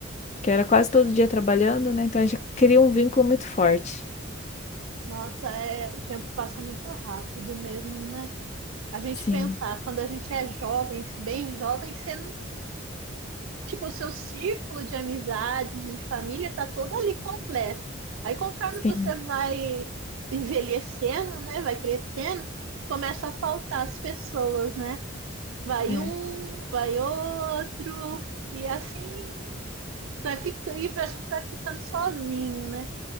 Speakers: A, on the left (about 35°); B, on the right (about 80°).
A: que era quase todo dia trabalhando, né? Então a gente cria um vínculo muito forte.
B: Nossa, é, o tempo passa muito rápido mesmo, né? A gente
A: Sim,
B: pensar, quando a gente é jovem, bem jovem, você, não- tipo, o seu círculo de amizades, de família, tá todo ali completo. Aí, conforme
A: sim.
B: você vai envelhecendo, né, vai crescendo, começa a faltar as pessoas, né? Vai
A: É.
B: um, vai outro, e assim vai ficar e a gente vai ficando sozinho, né?